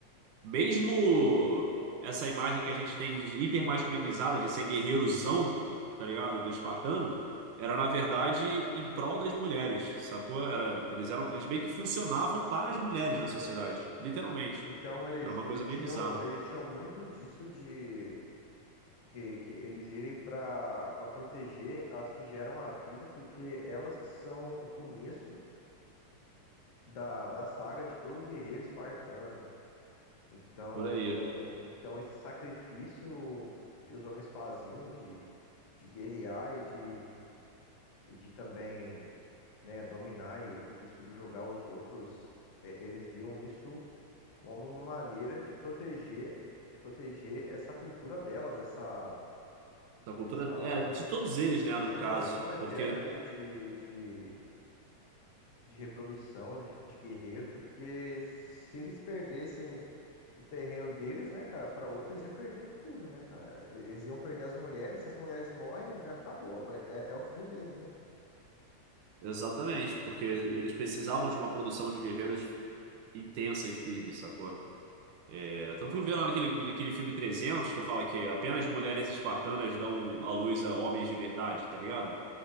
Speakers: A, on the right; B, on the left.
A: Mesmo essa imagem que a gente tem de hipermasculinizada de ser guerreirozão, tá ligado? Do espartano, era na verdade em prol das mulheres, sacou? Era, eles eram, eles meio que funcionavam para as mulheres na sociedade, literalmente.
B: Então eles,
A: Era uma
B: eles
A: coisa meio
B: tinham,
A: bizarra.
B: eles tinham muito disso de que, que eles vivem para para proteger as que geram a vida, porque elas que são o começo da, da saga de todo guerreiro espartano. Então,
A: Por aí.
B: então esse sacrifício que os homens faziam de, de guerrear e de, e de também, né, dominar e, e subjugar os outros, é, eles viam isso como uma maneira de proteger, de proteger essa cultura delas, essa,
A: Da cultura,
B: essa,
A: é, de todos eles, né, no
B: essa
A: caso.
B: geração eterna
A: Porque,
B: aí de, de, de reprodução de, de guerreiros, porque se eles perdessem o terreno deles, né, cara, para outros ia perder tudo, né, cara? E- Eles iam perder as mulheres, se as mulheres morrem, já acabou, é, é o fim deles, né?
A: exatamente, porque eles precisavam de uma produção de guerreiros intensa e firme, sacou? É, tanto que vê lá naquele, naquele filme 300, tu fala que apenas mulheres espartanas dão à luz a homens de verdade, tá ligado?